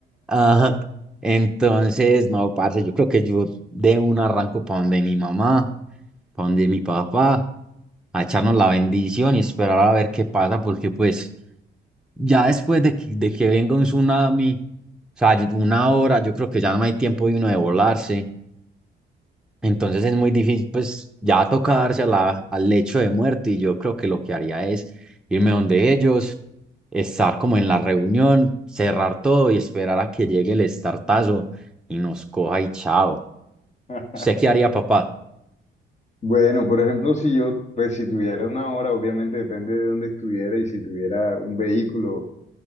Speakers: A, in the centre; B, on the left.
A: Ajá. Entonces, no, parce, yo creo que yo de un arranco para donde mi mamá, para donde mi papá, a echarnos la bendición y esperar a ver qué pasa, porque pues ya después de que, de que venga un tsunami, o sea, una hora, yo creo que ya no hay tiempo de uno de volarse. Entonces es muy difícil, pues ya tocarse a la, al lecho de muerte. Y yo creo que lo que haría es irme donde ellos, estar como en la reunión, cerrar todo y esperar a que llegue el estartazo y nos coja y chao.
B: <laughs>
A: ¿Usted qué haría, papá?
B: Bueno, por ejemplo, si yo, pues si tuviera una hora, obviamente depende de dónde estuviera y si tuviera un vehículo,